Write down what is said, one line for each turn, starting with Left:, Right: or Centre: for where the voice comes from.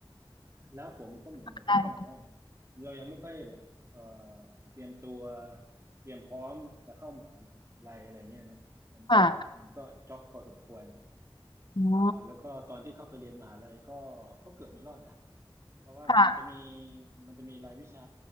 Right: แล้วผมก็เหมือนกับลักษณะว่า
Left: ได้
Right: เรายังไม่ค่อยแบบเอ่อเตรียมตัวเตรียมพร้อมจะเข้ามหาลัยอะไรเงี้ยเนาะมันก็มันก็ช็อกพอสมควร
Left: ค่ะอ๋อ
Right: เอ่อแล้วก็ตอนที่เข้าไปเรียนมหาลัยก็ก็เกือบไม่รอดนะเพราะว่ามันจะมี
Left: ค่ะ
Right: มันจะมีรายวิชา